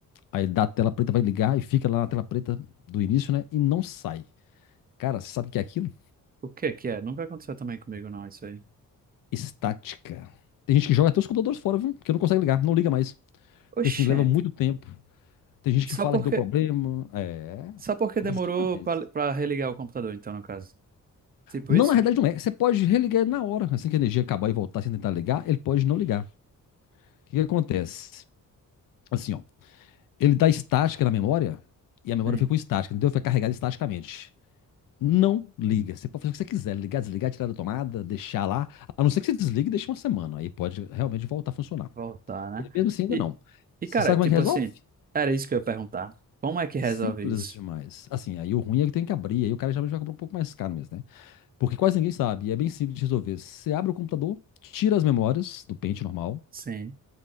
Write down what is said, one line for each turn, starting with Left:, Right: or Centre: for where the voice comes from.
Left: Aí ele dá a tela preta, vai ligar e fica lá na tela preta do início, né? E não sai. Cara, você sabe o que é aquilo?
Right: O que que é? Nunca aconteceu também comigo, não, isso aí.
Left: Estática. Tem gente que joga até os computadores fora, viu? Porque não consegue ligar, não liga mais. Porque
Right: Oxente.
Left: assim, leva muito tempo. Tem gente
Right: Só
Left: que fala
Right: porque,
Left: que deu problema. É,
Right: só porque
Left: acontece
Right: demorou
Left: demais.
Right: pra pra religar o computador, então, no caso. Tipo
Left: Não,
Right: isso?
Left: na realidade não é. Você pode religar ele na hora. Assim que a energia acabar e voltar sem tentar ligar, ele pode não ligar. O que que acontece? Assim, ó. ele dá estática na memória e a memória
Right: Sim.
Left: fica com estática, entendeu? Fica carregada estaticamente. Não liga. Você pode fazer o que você quiser, ligar, desligar, tirar da tomada, deixar lá. A não ser que você desligue e deixe uma semana. Aí pode realmente voltar a funcionar.
Right: Voltar, né?
Left: E mesmo assim, ainda
Right: E,
Left: não.
Right: e,
Left: Você
Right: cara,
Left: sabe
Right: tipo
Left: como é que resolve?
Right: assim, era isso que eu ia perguntar. Como é que resolve
Left: Simples
Right: isso?
Left: demais. Assim, aí o ruim é que tem que abrir, aí o cara geralmente vai comprar um pouco mais caro mesmo, né? Porque quase ninguém sabe, e é bem simples de resolver. Você abre o computador, tira as memórias do pente normal,
Right: Sim,